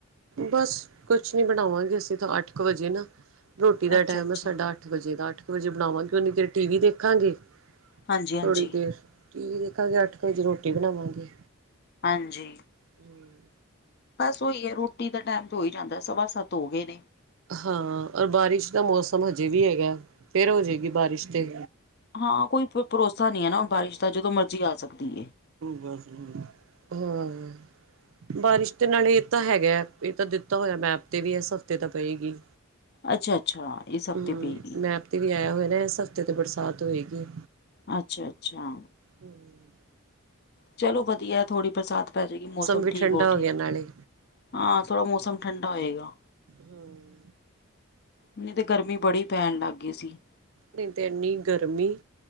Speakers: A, on the right (about 65°); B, on the left (about 45°).
A: ਬਸ ਕੁਛ ਨੀ ਬਣਾਵਾਂਗੇ ਅਸੀਂ ਤਾਂ ਅੱਠ ਕੁ ਵਜੇ ਨਾ ਰੋਟੀ ਦਾ
B: ਅੱਛਾ
A: ਟਾਈਮ
B: ਅੱਛਾ
A: ਸਾਡਾ ਅੱਠ ਵਜੇ ਦਾ ਅੱਠ ਕੁ ਵਜੇ ਬਣਾਵਾਂਗੇ ਫੇਰ ਉਨੀ ਦੇਰ ਟੀ ਵੀ ਦੇਖਾਂਗੇ
B: ਹਾਂਜੀ ਹਾਂਜੀ
A: ਥੋੜ੍ਹੀ ਦੇਰ ਟੀ ਵੀ ਦੇਖਾਂਗੇ ਅੱਠ ਵਜੇ ਰੋਟੀ ਬਣਾਵਾਂਗੇ
B: ਹਾਂਜੀ
A: ਹਮ
B: ਬਸ ਉਹੀ ਹੈ। ਰੋਟੀ ਦਾ ਟਾਈਮ ਤੇ ਹੀ ਜਾਦਾ ਸਵਾ ਸੱਤ ਹੋ ਗਏ ਨੇ
A: ਹਾਂ ਔਰ ਬਾਰਿਸ਼ ਦਾ ਮੌਸਮ ਹਜੇ ਵੀ ਹੈਗਾ ਫਿਰ ਹੋ ਜਾਏਗੀ ਬਾਰਿਸ਼ ਤੇ
B: ਹਾਂ ਕੋਈ ਭਰੋਸਾ ਨਹੀ ਹੈ। ਨਾ ਹੁਣ ਬਾਰਿਸ਼ ਦਾ ਜਦੋਂ ਮਰਜ਼ੀ ਆ ਸਕਦੀ
A: ਬਸ ਹਾ- ਬਾਰਿਸ਼ ਦੇ ਨਾਲ ਇਹ ਤਾਂ ਹੈਗਾ ਇਹ ਤਾਂ ਦਿਤਾ ਹੋਇਆ ਮੈਪ ਤੇ ਵੀ ਇਸ ਹਫ਼ਤੇ ਤਾਂ ਪਏਗੀ।
B: ਅਛਾ- ਅਛਾ ਇਹ ਹਫ਼ਤੇ
A: ਹਮ
B: ਪਏਗੀ
A: ਮੈਪ ਤੇ ਵੀ ਆਇਆ ਹੋਇਆ ਨਾ ਇਸ ਹਫ਼ਤੇ ' ਬਰਸਾਤ ਹੋਏਗੀ।
B: ਅਛਾ- ਅਛਾ-
A: ਹੂੰ -
B: ਚਲੋ ਵਧੀਆ ਥੋੜ੍ਹੀ ਬਰਸਾਤ ਪੈ ਜਾਏਗੀ ਮੌਸਮ
A: ਵੀ
B: ਠੀਕ
A: ਠੰਡਾ
B: ਹੋ ਜਾਏ।
A: ਗਿਆ ਨਾਲੇ
B: ਹਾਂ ਥੋੜਾ ਮੌਸਮ ਠੰਡਾ ਹੋਏਗਾ।
A: ਹੂੰ -
B: ਨਹੀ ਤੇ ਗਰਮੀ ਬੜੀ ਪੈਣ ਲੱਗ ਗਈ ਸੀ।
A: ਨਹੀ ਤਾਂ ਇਨੀ ਗਰਮੀ